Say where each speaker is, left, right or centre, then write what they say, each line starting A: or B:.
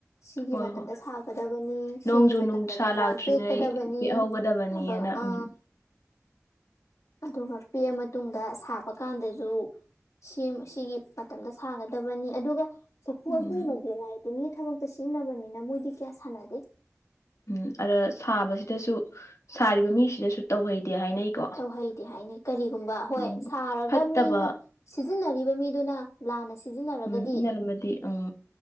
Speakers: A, on the left; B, on the left.
A: ꯁꯤꯒꯤ
B: ꯍꯣꯏ
A: ꯃꯇꯝꯗ
B: ꯍꯣꯏ
A: ꯁꯥꯒꯗꯕꯅꯤ
B: ꯅꯣꯡꯖꯨ
A: ꯁꯤꯒꯤ ꯃꯇꯝꯗ
B: ꯅꯨꯡꯁꯥ
A: ꯂꯩꯕꯥꯛ
B: ꯂꯥꯛꯇ꯭ꯔꯤꯉꯩ
A: ꯄꯦꯛꯀꯗꯕꯅꯤ
B: ꯍꯦꯛꯍꯧꯒꯗꯕꯅꯤꯅ
A: ꯑꯗꯣ ꯑ
B: <inaudible>
A: ꯑꯗꯨꯒ ꯄꯦꯛꯑ ꯃꯇꯨꯡꯗ ꯁꯥꯕ ꯀꯥꯟꯗꯁꯨ ꯁꯤ ꯁꯤꯒꯤ ꯃꯇꯝꯗ ꯁꯥꯒꯗꯕꯅꯤ ꯑꯗꯨꯒ ꯆꯐꯨ
B: ꯎꯝ
A: ꯑꯁꯦꯡꯕꯗꯤ ꯂꯥꯏ ꯒꯤ ꯊꯕꯛꯇ ꯁꯤꯖꯤꯟꯅꯕꯅꯤꯅ ꯃꯣꯏꯗꯤ ꯀꯌꯥ ꯁꯥꯟꯅꯗꯦ
B: ꯎꯝ ꯑꯗ ꯁꯥꯕꯁꯤꯗꯁꯨ ꯁꯥꯔꯤꯕ ꯃꯤꯁꯤꯗꯁꯨ ꯇꯧꯍꯩꯗꯦ ꯍꯥꯏꯅꯩꯀꯣ
A: ꯇꯧꯍꯩꯗꯦ ꯍꯥꯏꯅꯩ ꯀꯔꯤꯒꯨꯝꯕ ꯍꯣꯏ
B: ꯎꯝ
A: ꯁꯥꯔꯒ
B: ꯐꯠꯇꯕ
A: ꯃꯤꯅ ꯁꯤꯖꯤꯟꯅꯔꯤꯕ ꯃꯤꯗꯨꯅ ꯂꯥꯟꯅ ꯁꯤꯖꯤꯟꯅꯔꯒꯗꯤ
B: ꯎꯝ ꯏꯟꯅꯔꯝꯃꯗꯤ ꯎꯝ